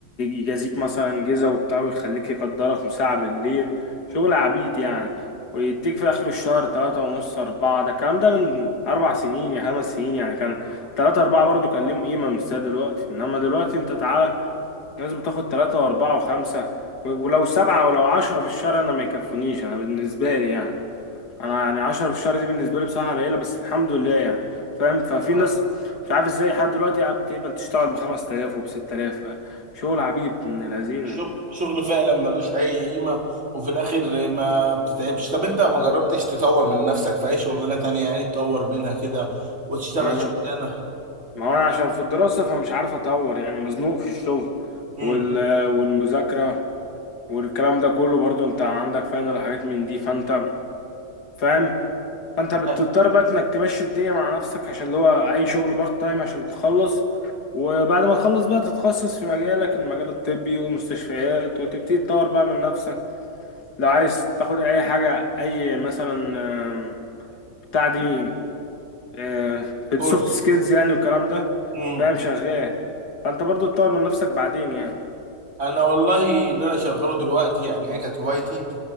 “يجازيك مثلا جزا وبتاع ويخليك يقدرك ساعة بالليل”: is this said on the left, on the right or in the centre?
Left